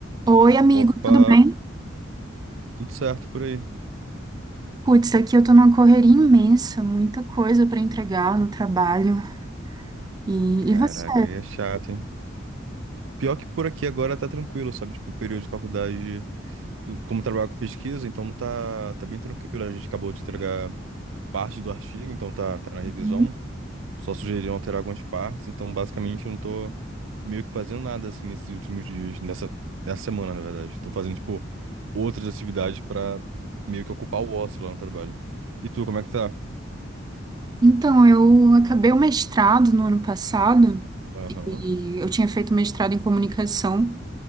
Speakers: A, on the right; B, on the right.
A: Oi, amigo,
B: Opa,
A: tudo bem?
B: tudo certo por aí?
A: Putz, aqui eu tô numa correria imensa, muita coisa pra entregar no trabalho. E,
B: Caraca,
A: e você?
B: aí é chato, hein? Pior que por aqui agora tá tranquilo, sabe? Tipo, o período de faculdade, como trabalho com pesquisa, então tá, tá bem tranquilo. A gente acabou de entregar parte do artigo, então tá, tá na revisão.
A: Uhum.
B: Só sugeriram alterar algumas partes, então basicamente eu não tô meio que fazendo nada assim nesses últimos dias, nessa, nessa semana, na verdade. Tô fazendo, tipo, outras atividades pra meio que ocupar o ócio lá no trabalho. E tu, como é que tá?
A: Então, eu acabei o mestrado no ano passado
B: Aham.
A: e eu tinha feito mestrado em comunicação